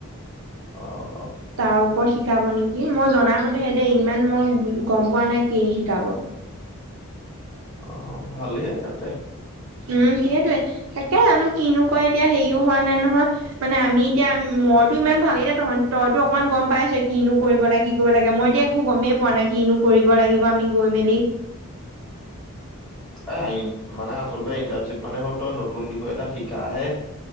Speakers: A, on the left (about 20°); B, on the right (about 80°).
A: অ' অ'
B: তাৰ ওপৰত শিকাব নেকি মই জনাই মতে সেতে ইমান মই গম পোৱা নাই কি শিকাব
A: অ' ভালে আ তেন্তে
B: উম সেইটোয়ে তাকে জানো কিনো কয় এতিয়া হেৰিও হোৱা নাই নহয় মানে আমি এতিয়া মইতো ইমান ভাব এতিয়া ত তইতো অকমান গম পাইছ কিনো কৰিব লাগে কি কৰিব লাগে মই এতিয়া একো গমেই পোৱা নাই কিনো কৰিব লাগিব আমি গৈ মেলি
A: অ' মানে আচলতে ইণ্টাৰ্ণশ্বিপ মানে হ'ল তই নতুন বিষয়ে এটা শিকাহে